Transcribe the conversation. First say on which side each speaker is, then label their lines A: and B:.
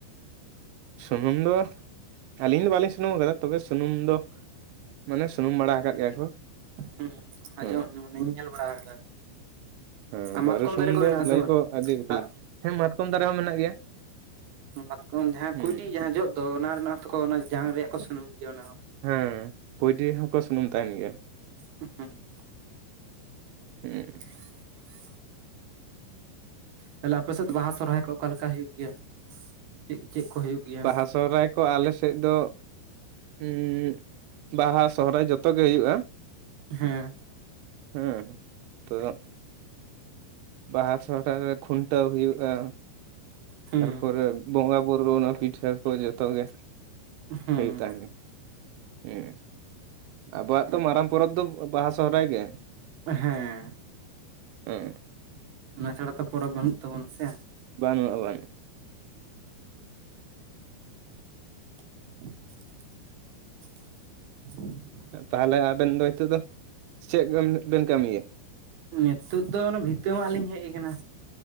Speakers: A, on the right; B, on the right.
A: ᱥᱩᱱᱩᱢ ᱫᱚ ᱟᱹᱞᱤᱧ ᱫᱚ ᱵᱟᱹᱞᱤᱧ ᱥᱩᱱᱩᱢ ᱟᱠᱟᱫᱟ᱾ ᱛᱚᱵᱮ ᱥᱩᱱᱩᱢ ᱫᱚ ᱢᱟᱱᱮ ᱥᱩᱱᱩᱢ ᱵᱟᱲᱟ ᱟᱠᱟᱫ ᱜᱮᱭᱟ ᱠᱚ᱾
B: ᱦᱮᱸ ᱟᱸᱡᱚᱢ
A: ᱦᱮᱸ
B: ᱟᱸᱡᱚᱢ ᱚᱱᱮᱧ ᱧᱮᱞ ᱵᱟᱲᱟ ᱠᱟᱫᱟ
A: ᱦᱮᱸ
B: ᱟ
A: ᱵᱟᱹᱨᱩ
B: ᱢᱟᱛᱠᱚᱢ
A: ᱥᱩᱱᱩᱢ
B: ᱫᱟᱨᱮ ᱠᱚ
A: ᱫᱚ
B: ᱦᱮᱱᱟᱜ ᱟᱥᱮ
A: ᱞᱟᱹᱭᱟᱠᱚ
B: ᱵᱟᱹᱱᱩᱜ?
A: ᱟᱹᱰᱤ ᱵᱷᱟᱹᱞᱤ
B: ᱟᱨ
A: ᱦᱮᱸ ᱢᱟᱛᱠᱚᱢ ᱫᱟᱨᱮ ᱦᱚᱸ ᱢᱮᱱᱟᱜ ᱜᱮᱭᱟ
B: ᱦᱮᱸ ᱢᱟᱛᱠᱚᱢ ᱡᱟᱦᱟᱸ
A: ᱦᱮᱸ
B: ᱠᱩᱩᱭᱴᱤ ᱡᱟᱦᱟᱸ ᱡᱚᱜ ᱫᱚ ᱚᱱᱟ ᱨᱮᱱᱟᱜ ᱛᱚᱠᱚ ᱚᱱᱟ ᱡᱟᱝ ᱨᱮᱭᱟᱜ ᱠᱚ ᱥᱩᱱᱩᱢ ᱜᱮᱭᱟ ᱚᱱᱟ ᱦᱚᱸ᱾
A: ᱦᱮᱸ ᱠᱩᱭᱰᱤ ᱦᱚᱸᱠᱚ ᱥᱩᱱᱩᱢ ᱛᱟᱦᱮᱱ ᱜᱮᱭᱟ᱾
B: ᱩᱸ ᱦᱩᱸ
A: ᱦᱩᱸ
B: <inaudible> ᱛᱟᱦᱞᱮ ᱟᱯᱮᱥᱮᱫ ᱫᱚ ᱵᱟᱦᱟ ᱥᱚᱨᱦᱟᱭ ᱠᱚ ᱚᱠᱟ ᱞᱮᱠᱟ ᱦᱩᱭᱩᱜ ᱜᱮᱭᱟ? ᱪᱮᱫ ᱪᱮᱫ ᱠᱚ ᱦᱩᱭᱩᱜ ᱜᱮᱭᱟ?
A: ᱵᱟᱦᱟ ᱥᱚᱦᱨᱟᱭ ᱠᱚ ᱟᱞᱮᱥᱮᱡ ᱫᱚ ᱩᱸᱻ ᱵᱟᱦᱟ ᱥᱚᱦᱨᱟᱭ ᱡᱚᱛᱚ ᱜᱮ ᱦᱩᱭᱩᱜ-ᱟ᱾
B: ᱦᱮᱸ
A: ᱦᱮᱸ ᱛᱚ ᱵᱟᱦᱟ ᱥᱚᱦᱨᱟᱭ ᱨᱮ ᱠᱷᱩᱱᱴᱟᱹᱣ ᱦᱩᱭᱩᱜ-ᱟ᱾
B: ᱦᱩᱸ
A: ᱛᱟᱨᱯᱚᱨᱮ ᱵᱚᱸᱜᱟ ᱵᱩᱨᱩ ᱚᱱᱟ ᱯᱤᱴᱷᱟᱹ ᱠᱚ ᱡᱚᱛᱚ ᱜᱮ᱾
B: ᱦᱩᱸ
A: ᱦᱩᱭᱩᱜ ᱛᱟᱦᱮᱸᱱᱟ, ᱦᱩᱸ ᱟᱵᱚᱣᱟᱜ ᱛᱚ ᱢᱟᱨᱟᱝ ᱯᱚᱨᱚᱵᱽ ᱫᱚ ᱵᱟᱦᱟ ᱥᱚᱦᱨᱟᱭ ᱜᱮ
B: ᱦᱮᱸ
A: ᱦᱮᱸ
B: ᱚᱱᱟ ᱪᱷᱟᱲᱟ ᱛᱚ ᱯᱚᱨᱚᱵᱽ ᱵᱟᱹᱱᱩᱜ ᱛᱟᱵᱚᱱᱟ ᱥᱮ᱾
A: ᱵᱟᱱᱩᱟ ᱵᱟᱱ
B: <inaudible> <inaudible>
A: ᱛᱟᱦᱞᱮ ᱟᱵᱮᱱ ᱫᱚ ᱦᱤᱛᱳᱜ ᱫᱚ ᱪᱮᱫ ᱵᱮᱱ ᱠᱟᱹᱢᱤᱭᱟ?
B: ᱱᱤᱛᱳᱜ ᱫᱚ ᱚᱱᱟ ᱵᱷᱤᱛᱟᱹ ᱢᱟᱜ ᱞᱤᱧ ᱦᱮᱡ ᱠᱟᱱᱟ,